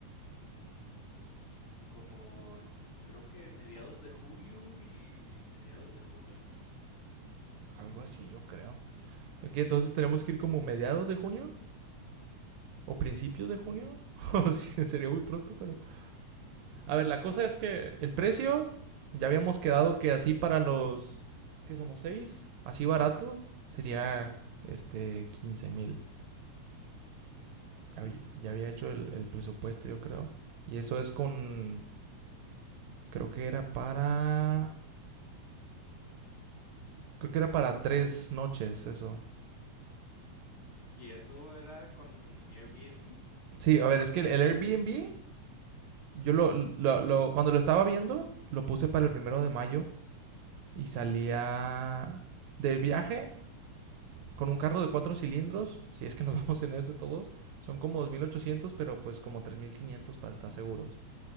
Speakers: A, on the left; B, on the right.
A: Mm, s- como creo que mediados de julio y mediados de junio, ¿no?
B: Algo así, yo creo. Ok, entonces tenemos que ir como mediados de junio. o principios
A: Mm,
B: de junio. <laughs> O sí, sería muy pronto, pero. A
A: o-
B: ver, la cosa
A: o a-
B: es que el precio. Ya habíamos quedado que así para los que somos seis, así barato, sería este quince mil.
A: sí.
B: Ya, ya había hecho el, el presupuesto, yo creo. Y eso es con. Creo que era para. Creo que era para tres noches, eso.
A: ¿Y eso era con Airbnb?
B: Sí, a ver, es que el, el Airbnb, yo lo, lo- lo- Cuando lo estaba viendo, lo puse para el primero de mayo. Y salía. Del viaje, con un carro de cuatro cilindros, si es que nos <laughs> vamos en ese todos, son como 2.800, pero pues como 3.500 para estar seguros.